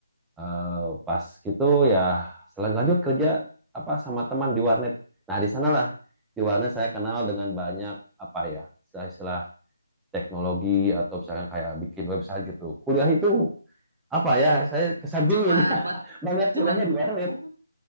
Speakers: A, in the centre; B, on the right.
A: Eh, pas gitu ya selan- lanjut kerja apa sama teman di warnet. Nah, di sanalah di warnet saya kenal dengan banyak apa ya istilah-istilah teknologi atau misalkan kayak bikin website gitu. Kuliah itu apa ya saya kesampingin
B: cuman
A: <laughs>
B: buat
A: banyak
B: cuman
A: kuliahnya di warnet.
B: oh